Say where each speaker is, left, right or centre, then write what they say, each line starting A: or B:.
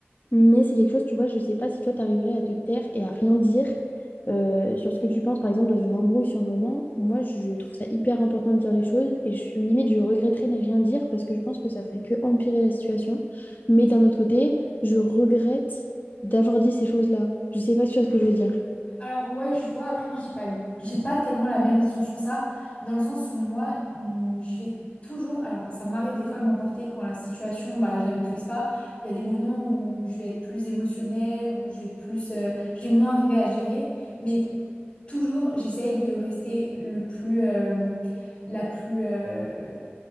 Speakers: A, on the left; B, on the left.
A: Mais c'est quelque chose, tu vois, je sais pas si toi, tu arriverais à te taire et à rien dire euh, sur ce que tu penses, par exemple, dans une embrouille sur le moment. Moi, je trouve ça hyper important de dire les choses et je, limite, je regretterais de rien dire parce que je pense que ça ferait que empirer la situation. Mais d'un autre côté, je regrette d'avoir dit ces choses-là. Je sais pas si tu vois ce que je veux dire.
B: Alors ouais, je vois. Après, moi, j'ai pas, j'ai pas tellement la même vision sur ça, dans le sens où moi, hum, je vais toujours. Alors, ça m'arrive des fois de m'emporter quand la situation, bah, je la maîtrise pas. Il y a des moments où je vais être plus émotionnelle, où je vais plus, euh, je vais moins arriver à gérer. Mais toujours, j'essaye de rester le plus, euh, la plus, euh,